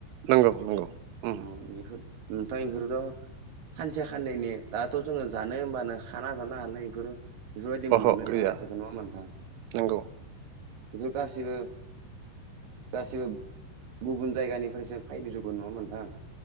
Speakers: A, on the right; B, on the right.
A: नंगौ नंगौ उम
B: औ बेफोर नोंथां इफोरखौ खानसे खाननैनि दाथ' जोङो जानो होमबानो खाना जानो हानाय बेफोरो बेफोरबायदि
A: अह'
B: मोननो
A: गैया
B: थाङा इफोरखौ नङा होनबा नोंथां
A: नंगौ
B: गासिबो गासि गुबुन जायगानिफ्रायसो फायजोबो नङा होनबा नोंथां